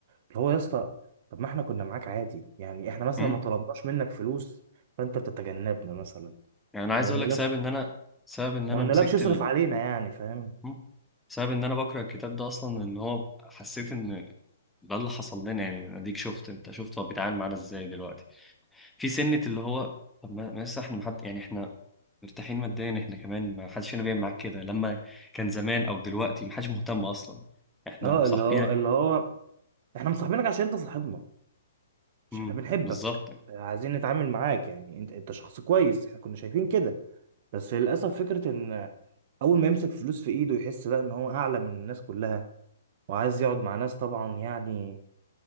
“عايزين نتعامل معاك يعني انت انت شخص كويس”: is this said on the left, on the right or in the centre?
Right